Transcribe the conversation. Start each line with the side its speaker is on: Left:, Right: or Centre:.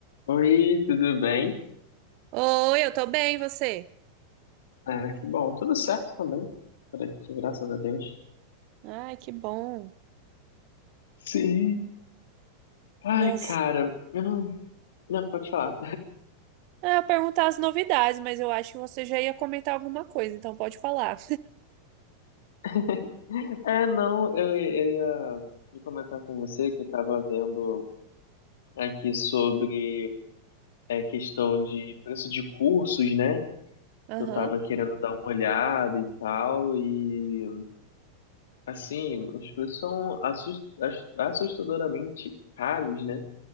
Left: Oi, tudo bem?
Right: Oi, eu tô bem, e você?
Left: Ah, que bom, tudo certo também, por aqui, graças a Deus.
Right: Ai, que bom.
Left: Sim. Ai,
Right: E
Left: cara,
Right: as...
Left: eu não... Não, pode falar.
Right: Ah, eu ia perguntar as novidades, mas eu acho que você já ia comentar alguma coisa, então pode falar.
Left: <laughs> É, não, eu, eu ia ia comentar com você que eu tava vendo aqui sobre a questão de preço de cursos, né?
Right: Aham.
Left: Eu tava querendo dar uma olhada e tal, e assim, os preços são assus- ass- assustadoramente caros, né?